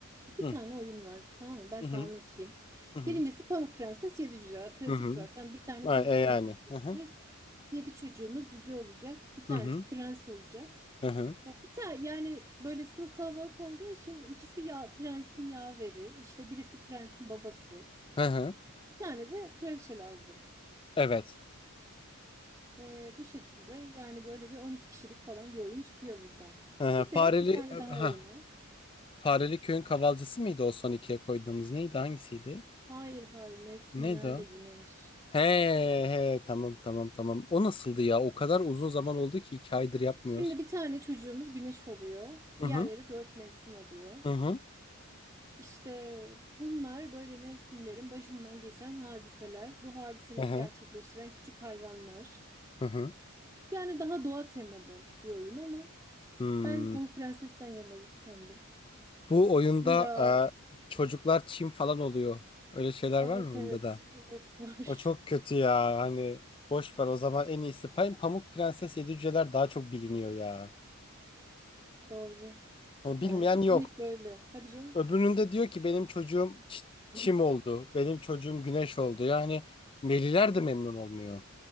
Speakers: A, on the right; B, on the left.
A: iki
B: Hı
A: tane oyun var tamam mı? Ben
B: hı
A: sana anlatayım.
B: hı hı.
A: Birincisi Pamuk Prenses Yedi Cüce. Klasik
B: Hı hı.
A: zaten. Bir tane
B: Ha,
A: Pamuk
B: e yani.
A: Prenses seçeceğiz.
B: Hı hı.
A: Yedi çocuğumuz cüce olacak. Bir tanesi
B: Hı hı.
A: prens olacak.
B: Hı hı.
A: E, Bir tane yani böyle sınıf kalabalık olduğu için ikisi ya prensin yaveri, işte birisi prensin babası.
B: Hı hı.
A: Bir tane de kraliçe lazım.
B: Evet.
A: E, bu şekilde yani böyle bir 12 kişilik falan bir oyun çıkıyor buradan.
B: Hı
A: Bir
B: hı. Fareli
A: de bir tane
B: e,
A: daha
B: ha
A: oyun var.
B: Fareli Köy'ün kavalcısı mıydı o son ikiye koyduğumuz neydi hangisiydi?
A: Hayır hayır mevsimlerle
B: Neydi o?
A: güneş.
B: He he tamam tamam tamam. O nasıldı ya? O kadar uzun zaman oldu ki iki aydır yapmıyoruz.
A: Şimdi bir tane çocuğumuz güneş oluyor.
B: Hı
A: Diğerleri
B: hı.
A: dört mevsim oluyor.
B: Hı hı.
A: İşte bunlar böyle mevsimlerin başından geçen hadiseler. Bu hadiseleri
B: Hı hı.
A: gerçekleştiren küçük hayvanlar.
B: Hı hı.
A: Yani daha doğa temalı bir oyun ama
B: Hmm.
A: ben Pamuk Prenses'ten yanayım kendim.
B: Bu oyunda
A: Zira
B: e, çocuklar çim falan oluyor. Öyle şeyler
A: evet
B: var mı bunda
A: evet
B: da?
A: evet <laughs> var.
B: O çok kötü ya. Hani boş ver o zaman en iyisi. Ben Pamuk Prenses Yedi Cüceler daha çok biliniyor ya.
A: Doğru.
B: Hani
A: Yani
B: bilmeyen
A: kesinlikle
B: yok.
A: öyle. Tabii canım.
B: Öbüründe diyor ki benim çocuğum Ç-
A: <clears throat>
B: Çim oldu. Benim çocuğum Güneş oldu. Yani Meliler de memnun olmuyor.